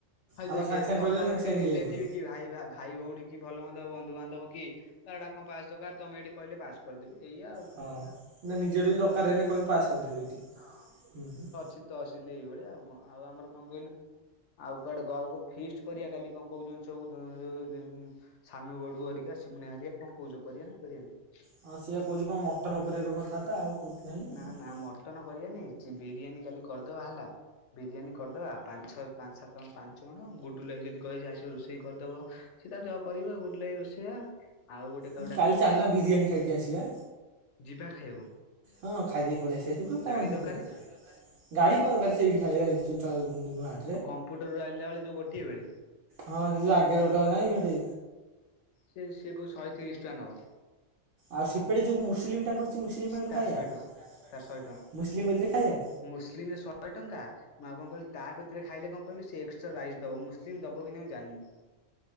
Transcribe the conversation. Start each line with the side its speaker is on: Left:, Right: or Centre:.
Left: ଭାଇ
Right: ଆମର
Left: ଦେଖ
Right: ସାଙ୍ଗେ ସାଙ୍ଗେ
Left: ତମର
Right: କହିଦେବେ ସାଙ୍ଗେ
Left: କିଏ
Right: ସାଙ୍ଗେ ଇଏ
Left: ରିଲେଟିଭ
Right: ହେଇଯିବ
Left: କି ଭାଇ ଭାଇ ଭଉଣୀ କି ଭଲମନ୍ଦ ବନ୍ଧୁବାନ୍ଧବ କି କାହାର ରଟା କଣ ପାସ୍ ଦରକାର ତମେ ଏଇଠି କହିଲେ ପାସ୍ କରିଦେବି ଏଇଆ ଆଉ। କଣ
Right: ହଁ ନା ନିଜର ବି ଦରକାର ହେଲେ କହିବି ପାସ୍ କରିଦେବେ ଏଇଠି ହୁଁ।
Left: ଶୀତ ଆସିଲି ଏଇଭଳି ଆଉ କଣ ଆଉ ଆମର କଣ କହିଲୁ? ଆଉ କୁଆଡେ କକୁ ଫିଷ୍ଟ କରିବା କାଲି କଣ କହୁଛ ସବୁ ଯଉ। ସାନ ଗଡୁ ହରିକା ସିମୁନଆ ହରିକା କଣ କହୁଛ କର ନା କରାନି
Right: ହଁ ସିଆ କହୁଛି କଣ ମଟନ ଉପରେ ଏବେ କଥାତା ଆଉ। ନାହିଁ
Left: ନା
Right: ଆଉ
Left: ନା ମଟନ କର ନେଇି ବିରିୟାନୀ କାଲି କରିଦବା ହେଲା ବିରିୟାନୀ କରିଦବା। ପାଞ୍ଚ ଛ ପାଞ୍ଚ ସାତଣ ପାଞ୍ଚ ଜଣ ଗୁଡ଼ୁ ଲଗି ଯଦି କହେ ଆସିବେ ରୋଷେଇ କରିଦେବ। ସି ତା ଜ କରିବ ଗୁଡ ଭାଇ ରୋଷେଇଆ। ଆଉ ଗୋଟେ କାହାକୁ
Right: ଉଁ
Left: ଡାକି
Right: କାଲି ଚାଲନା ବିରିୟାନୀ ଖାଇକି ଆସିବା।
Left: ଯିବା ଖାଇବାକୁ
Right: ହଁ ଖାଇଦେଇ ପଳେଇଆସିଵା ସେଠୁ କଣ
Left: ଗାଡି
Right: ଅଛି ସେଥିରେ।
Left: ଦରକାରେ
Right: ଗାଡି କଣ ଦରକାର ସେଇଠି ଖାଇବା ଏଇଠି ଯଉ ତା।
Left: ଓ କମ୍ପୁଟର ରୁ ଆଇଲାବେଳେ ଯୋଉ ଗୋଟିଏବେଳେ।
Right: ହଁ ଯ ଆଗରେ ଗୋଟେ। ନାହିଁ ଗୋଟେ
Left: ସେ ସେ କହୁଚି ଶହେ ତିରିଶ ଟଙ୍କା ନବ।
Right: ଆଉ ସେପଟେ ଯୋଉ ମୁସଲିମ ଟା କରିଛି ମୁସଲିମ ପାଖରୁ
Left: ତାର
Right: ଖାଇବା
Left: ଶହେ ଟଙ୍କା। ତାର ଶହେ ଟଙ୍କା
Right: ମୁସଲିମ କତିରେ ଖାଇବା?
Left: ମୁସଲିମରେ ଶହେ ଟଙ୍କା। ମାଉ କଣ କହିଲ ତା କରେ ଖାଇଲେ କଣ କହିଲୁ ସେ ଏକ୍ଟ୍ରା ରାଇସ୍ ଦବ ମୁସଲିମ ଦବ କି ନାହି ମୁଁ ଜାଣିନି।